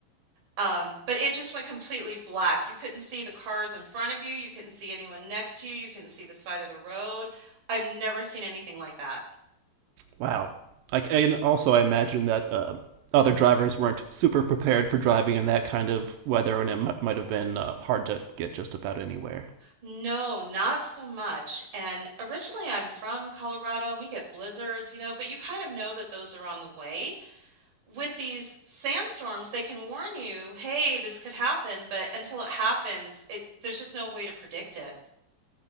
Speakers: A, on the right; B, on the right.
A: Um, but it just went completely black. You couldn't see the cars in front of you. You couldn't see anyone next to you. You couldn't see the side of the road. I've never seen anything like that.
B: Wow. Like and also I imagine that uh, other drivers weren't super prepared for driving in that kind of weather, and it m- might have been uh, hard to get just about anywhere.
A: No, not so much. And originally I'm from Colorado and we get blizzards, you know, but you kind of know that those are on the way. with these sandstorms, they can warn you, hey, this could happen, but until it happens, it there's just no way to predict it.